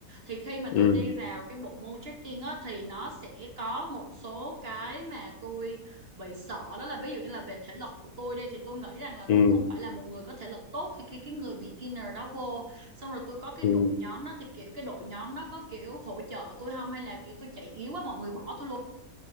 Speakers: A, on the right; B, on the left.
A: thì khi mà
B: ừ
A: tôi đi vào cái bộ môn trekking á thì nó sẽ có một số cái mà tôi bị sợ đó là ví dụ như là về thể lực của tôi đi thì tôi nghĩ rằng là
B: ừ,
A: tôi không phải là một người có thể lực tốt thì khi cái người beginner đó vô xong rồi tôi có cái
B: ừ.
A: đội nhóm đó thì kiểu cái đội nhóm đó có kiểu hỗ trợ tôi không hay là kiểu tôi chạy yếu quá mọi người bỏ tôi luôn